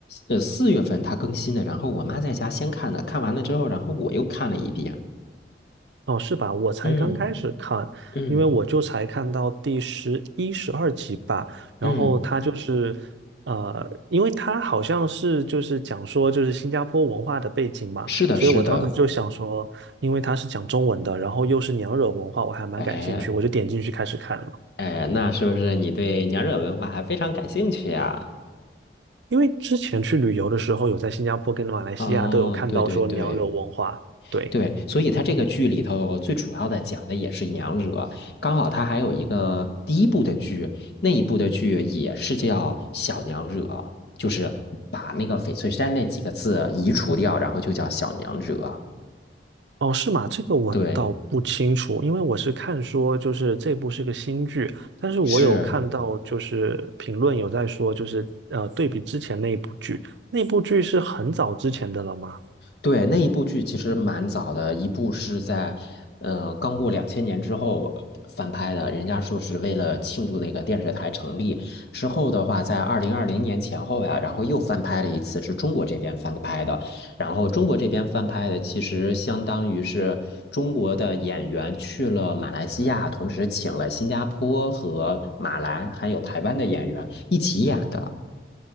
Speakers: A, on the left (about 65°); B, on the right (about 80°).
A: 呃四月份它更新的，然后我妈在家先看的，看完了之后，然后我又看了一遍。
B: 哦，是吧？我才刚开始看，
A: 嗯嗯
B: 因为我就才看到第十一、十二集吧。然后它就是，
A: 嗯，
B: 呃，因为它好像是就是讲说就是新加坡文化的背景嘛，
A: 是的，
B: 所以我当时就想说，
A: 是的。
B: 因为它是讲中文的，然后又是娘惹文化，我还蛮感兴趣，
A: 哎
B: 我就点进去开始看了。
A: 哎，那是不是你对娘惹文化还非常感兴趣呀？
B: 因为之前去旅游的时候，有在新加坡跟马来西亚都有看到说娘惹文化，
A: 哦，对对对。
B: 对，
A: 对，所以他这个剧里头最主要的讲的也是娘惹，刚好他还有一个第一部的剧，那一部的剧也是叫小娘惹，就是把那个翡翠山那几个字移除掉，然后就叫小娘惹。
B: 哦，是吗？这个我倒不清楚，
A: 对，
B: 因为我是看说就是这部是个新剧，但是我有看到就是评论有在说就是呃对比之前那一部剧，
A: 是
B: 那部剧是很早之前的了吗？
A: 对，那一部剧其实蛮早的，一部是在，呃，刚过两千年之后翻拍的，人家说是为了庆祝那个电视台成立之后的话，在二零二零年前后呀，然后又翻拍了一次，是中国这边翻拍的，然后中国这边翻拍的其实相当于是中国的演员去了马来西亚，同时请了新加坡和马来还有台湾的演员一起演的，